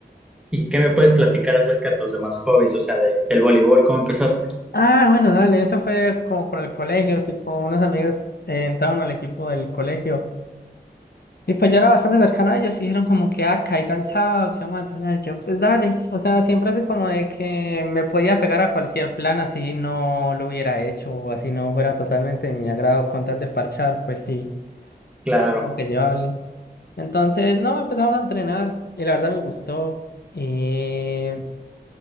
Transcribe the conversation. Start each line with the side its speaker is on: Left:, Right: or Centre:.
Centre: ¿Y qué me puedes platicar acerca de tus demás hobbies? O sea, de, del voleibol, ¿cómo empezaste?
Left: Ah, bueno, dale, eso fue como por el colegio, tipo, unos amigos eh, entraron al equipo del colegio y pues yo era bastante cercano a ellos y dijeron como que, ah, caiga el sábado, que vamos a entrenar. Yo, pues dale, o sea, siempre fui como de que me podía pegar a cualquier plan así no lo hubiera hecho o así no fuera totalmente de mi agrado con tal de parchar, pues sí.
Centre: Claro.
Left: supongo que llevable. Entonces, no, empezamos a entrenar y la verdad me gustó. Eh,